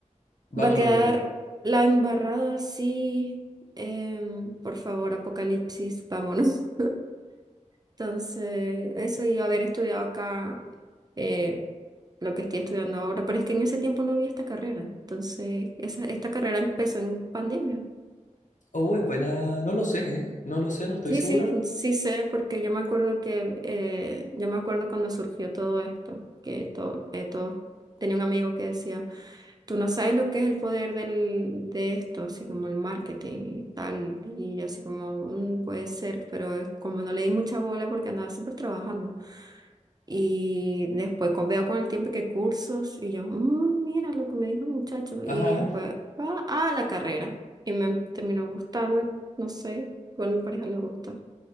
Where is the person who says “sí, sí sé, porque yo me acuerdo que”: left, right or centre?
Right